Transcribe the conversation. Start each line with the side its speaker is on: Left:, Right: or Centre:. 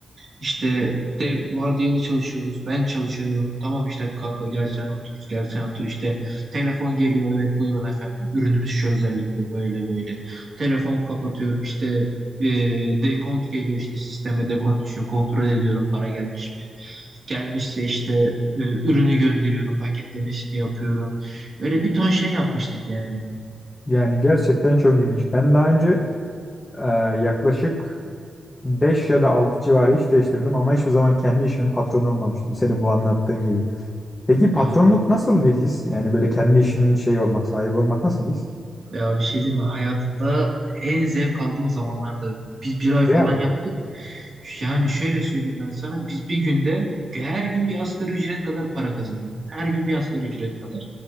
Right: İşte de vardiyalı çalışıyoruz. Ben çalışıyorum. Tamam işte kanka gel sen otur. Gel sen otur. İşte telefon geliyor. Evet buyurun efendim. Ürünümüz şu özellikle böyle böyle. Telefon kapatıyorum. İşte e, dekont geliyor işte sisteme dekont düşüyor. Kontrol ediyorum para gelmiş mi? Gelmişse işte e, ürünü gönderiyorum. Paketlemesini yapıyorum. Öyle bir ton şey yapmıştık yani.
Left: Yani gerçekten çok ilginç. Ben daha önce Ee, yaklaşık 5 ya da 6 civarı iş değiştirdim ama hiçbir zaman kendi işimin patronu olmamıştım senin bu anlattığın gibi. Peki patronluk
Right: Ya
Left: nasıl bir his? Yani böyle kendi işinin şeyi olmak, sahibi olmak nasıl bir his?
Right: Ya bir şey diyeyim mi? Hayatımda en zevk aldığım zamanlarda biz bir ay falan
Left: Ya
Right: yaptık. Yani şöyle söyleyeyim ben sana. Biz bir günde her gün bir asgari ücret kadar para kazanıyorduk. Her gün bir asgari ücret kadar.